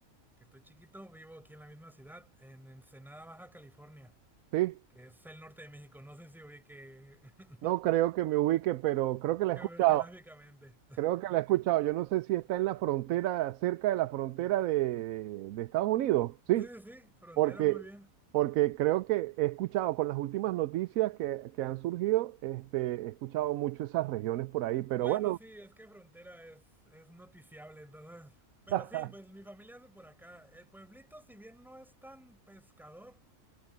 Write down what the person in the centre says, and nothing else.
que estoy chiquito vivo aquí en la misma ciudad, en Ensenada, Baja California.
que es el norte de México. No sé si ubique <laughs>
geog-
geográficamente.
Sí, sí, sí, Frontera
muy bien.
Bueno,
sí, es que Frontera es, es noticiable, entonces. Pero
sí, pues mi familia es de por acá. El pueblito, si bien no es tan pescador,